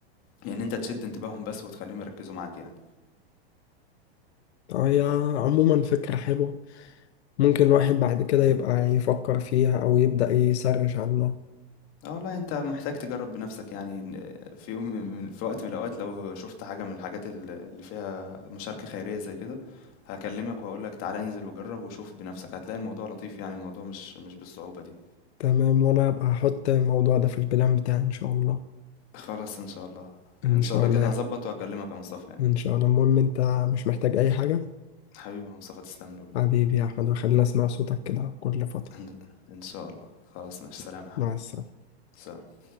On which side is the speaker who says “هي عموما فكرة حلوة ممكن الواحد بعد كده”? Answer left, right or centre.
Left